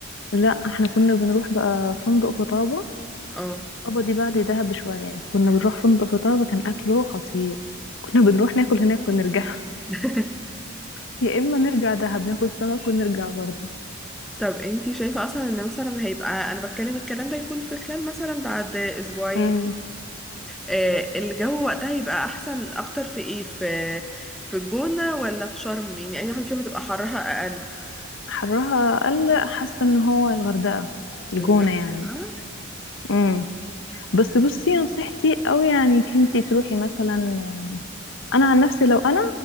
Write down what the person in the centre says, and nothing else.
اه
<laughs>
طب انتي شايفة اصلا ان مثلا هيبقى انا بتكلم الكلام ده يكون في خلال مثلا بعد اسبوعين
آه، الجو وقتها يبقى احسن اكتر في ايه في في الجونة ولا في شرم يعني اي واحدة فيهم هتبقى حرها اقل
الغردقة